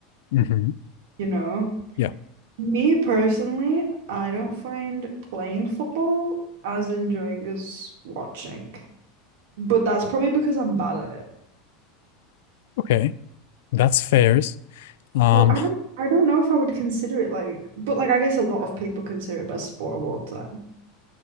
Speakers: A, on the left (about 80°); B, on the right (about 75°).
A: hmm
B: you know?
A: Yeah.
B: Me personally, I don't find playing football as enjoying as watching. But that's probably because I'm bad at it.
A: Okay, that's fair. Um,
B: Well, I don't I don't know if I would consider it like but like I guess a lot of people consider it best sport of all time.